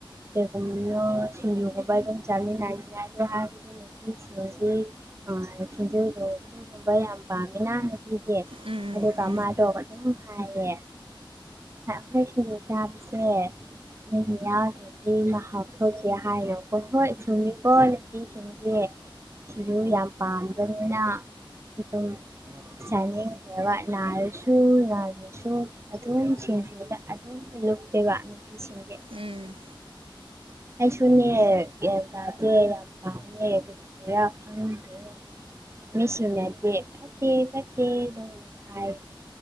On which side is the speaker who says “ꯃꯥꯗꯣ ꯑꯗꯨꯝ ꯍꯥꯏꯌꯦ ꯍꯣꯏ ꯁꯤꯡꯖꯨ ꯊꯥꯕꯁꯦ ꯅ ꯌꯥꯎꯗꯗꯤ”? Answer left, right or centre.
Right